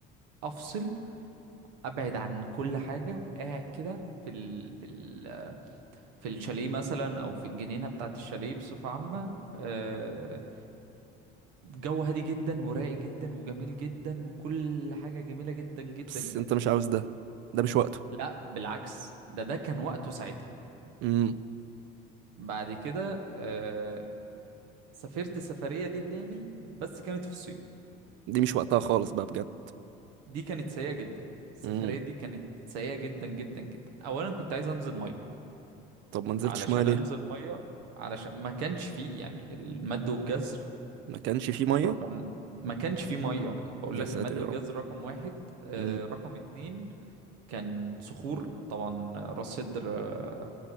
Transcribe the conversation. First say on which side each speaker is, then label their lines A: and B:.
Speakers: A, on the right; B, on the right.
A: افصل ابعد عن كل حاجه قاعد كده في ال... في ال... في الشاليه مثلا او في الجنينه بتاعه الشاليه بصفه عامه أه... جو هادي جدا ورايق جدا وجميل جدا وكل حاجة جميلة جدا جدا
B: بس
A: جدا
B: انت مش عاوز ده ده مش وقته
A: لا بالعكس ده ده كان وقته ساعتها
B: امم
A: بعد كده آه سافرت السفرية دي تاني بس كانت في الصيف
B: دي مش وقتها خالص بقى بجد
A: دي كانت سيئة جدا السفرية
B: امم
A: دي كانت سيئة جدا جدا جدا أولا كنت عايز أنزل مية
B: طب ما نزلتش
A: علشان
B: ميه ليه
A: أنزل مية علشان ما كانش فيه يعني المد والجزر
B: ما كانش فيه ميه
A: رقم ما كانش فيه مية بقول
B: يا
A: لك
B: ساتر
A: المد
B: يا
A: والجزر
B: رب
A: رقم واحد آه
B: امم
A: رقم اتنين كان صخور طبعا راس سدر آه،